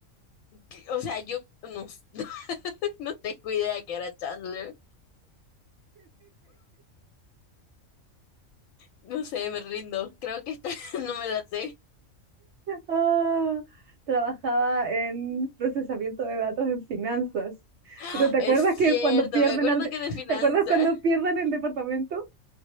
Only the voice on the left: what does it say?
que- o sea, yo no, <laughs> no tengo idea qué era Chandler. No sé, me rindo. Creo que esta <laughs> no me la sé.
¡Ah!
Es cierto,
me acuerdo
que de finanzas.